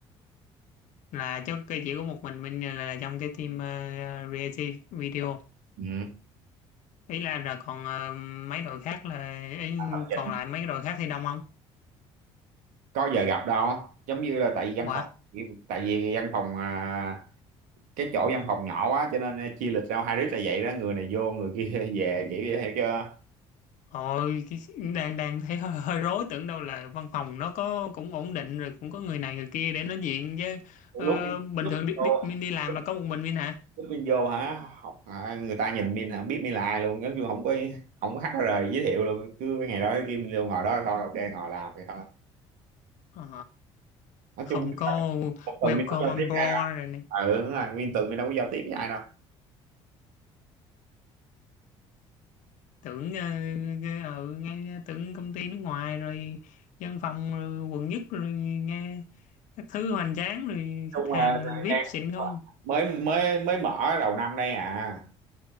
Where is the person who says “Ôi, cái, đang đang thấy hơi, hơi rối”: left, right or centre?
Left